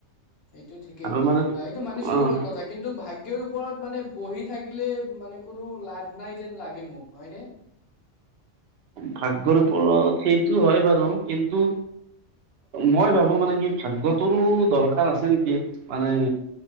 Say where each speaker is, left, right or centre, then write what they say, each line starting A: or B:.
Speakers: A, on the left; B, on the right.
A: এইটো ঠিকেই
B: আৰু মানে
A: এইটো মানিছো
B: অ
A: তোমাৰ কথা কিন্তু ভাগ্যৰ উপ ওপৰত মানে বহি থাকিলে মানে কোনো লাভ নাই যেন লাগে মোক হয়নে।
B: ভাগ্যৰ ওপৰত সেইটো হয় বাৰু কিন্তু মই ভাবো মানে কি ভাগ্যটোৰো দৰকাৰ আছে নেকি মানে